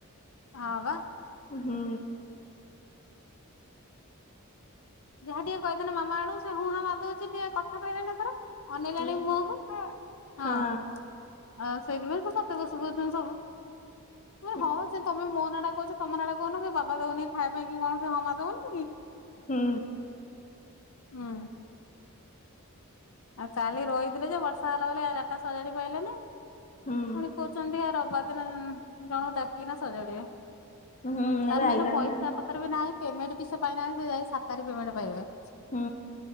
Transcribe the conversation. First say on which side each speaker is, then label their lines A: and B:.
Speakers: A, on the left; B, on the left.
A: ହଁ ବା।
B: ହୁଁ
A: ଯାହା ଟିକେ କହିଦେ ମାମା ଆଡୁ ସେ ହୁଁ ହଁ ମା ଦଉଛି ଟିକେ କଥା କହିଲାଣି ତାଙ୍କର ଅନଲାଣି
B: ହୁଁ
A: ମୁହକୁ ହଁ
B: ହଁ
A: ଆଉ ସେଇଥିପାଇଁ ମତେ <unintelligible> ସବୁ।
B: ହଁ
A: ହଁ ସେ ତମେ ମୋ ନାଟା କହୁଚ ତମ ନାଟା କହୁନ କି ବାବା ଦଉନି ଖାଇବା କି କଣ ହଁ ମାରି ଦବନି କି?
B: ହୁଁ।
A: ହୁଁ। କାଲି ରହିଥିଲେ ଯେ ବର୍ଷା ହେଲା ବର୍ଷା ବାପା ସଜାଡି ପାଇଲେନି
B: ହୁଁ
A: ପୁଣି କହୁଚନ୍ତି ଆ ରବିବାର ଦିନ ଜଣକୁ ଡାକିକିନା ସଜାଡିବେ।
B: ହୁଁ
A: ତାର
B: ଏବେ ଆଇଲାଣି
A: ମାନେ ପଇସା
B: ନା
A: ପ ପତ୍ର ନାଇଁ ବି ପେମେଣ୍ଟ ବି ସେ ପାଇଁ ନାହାନ୍ତି ସାତ ତାରିଖି ପେମେଣ୍ଟ ପାଇବେ।
B: ହୁଁ।